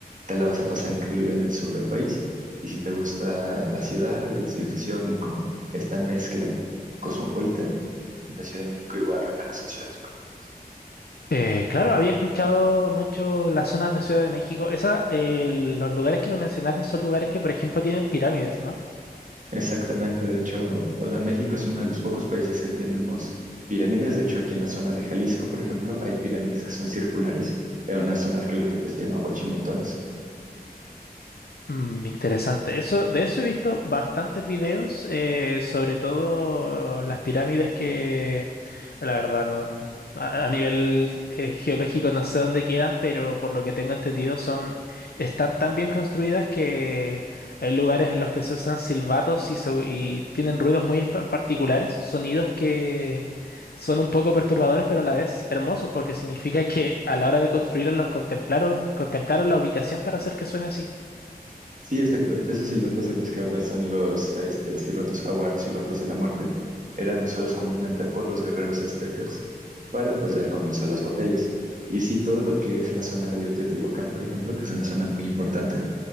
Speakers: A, on the right (about 50°); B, on the left (about 80°).
A: te la vas a pasar increíble en el sur del país. Y si te gusta la ciudad y la civilización y como esta mezcla cosmopolita, la Ciudad de México y Guadalajara son ciudades perfectas.
B: Eh, claro, había escuchado mucho las zonas de Ciudad de México. Esa, eh, los lugares que me mencionaste son lugares que, por ejemplo, tienen pirámides, ¿no?
A: Exactamente, de hecho, o sea, México es uno de los pocos países que tenemos pirámides. De hecho, aquí en la zona de Jalisco, por ejemplo, hay pirámides que son circulares en una zona arqueológica que se llama Huachimontones.
B: Mm, interesante. Eso, de eso he visto bastantes videos, eh, sobre todo las pirámides que, la verdad, no, a, a nivel eh, geológico no sé dónde quedan, pero por lo que tengo entendido son, están tan bien construidas que hay lugares en los que se usan silbatos y, so- y tienen ruidos muy espa- particulares, sonidos que son un poco perturbadores, pero a la vez hermosos, porque significa que a la hora de construirlos los contemplaron, contemplaron la ubicación para hacer que suene así.
A: Sí, exacto. De hecho, esos silbatos de los que hablas son los este, silbatos jaguar, silbatos de la muerte. Eran usados comúnmente por los guerreros aztecas para pues dar comienzo a las batallas. Y sí, todo lo que es la zona de Teotihuacán, por ejemplo, que es una zona muy importante,